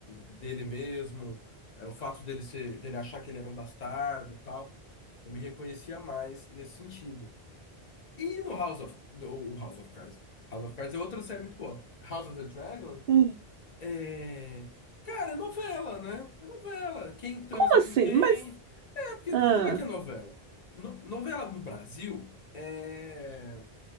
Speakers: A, on the left; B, on the right.
A: dele mesmo, é, o fato dele ser, dele achar que ele era um bastardo, e tal. Eu me reconhecia mais nesse sentido. E no House of, o House of Cards. House of Cards é outra série muito boa. House of the Dragon
B: Hum,
A: é. Cara, é novela, né? É novela. Quem transa
B: Como assim?
A: com quem.
B: Mas.
A: É, porque
B: Ah,
A: como é que é novela? No- novela no Brasil é...